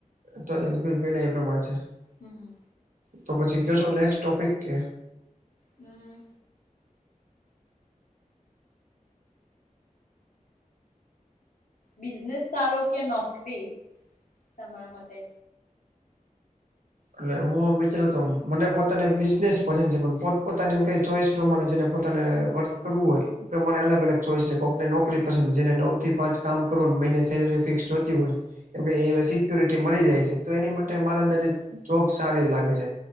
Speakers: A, on the right (about 70°); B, on the left (about 80°).
A: તો એ લોકો કઈના એ પ્રમાણે છે.
B: હમ હમ
A: તો પછી કશો નેક્સ્ટ ટોપિક કે
B: હમ્મ બિઝનેસ સારો કે નોકરી? તમારા મતે.
A: એટલે હું વિચારું તો, મને પોતાને બિઝનેસ પસંદ છે, પણ પોત પોતાની એમ કઈ ચોઈસ તો મને જેને પોતાને વર્ક કરવું હોય પ્રમાણે અલગ અલગ ચોઈસ છે, કોકને નોકરી પસંદ હોય, જેને નવ થી પાંચ કામ કરવાનું મહિને સેલરી ફિક્સ જોતી હોય. કેમ કે એ સિક્યોરિટી મળી જાય છે, તો એની માટે મારા અંદર જે જોબ સારી લાગે છે,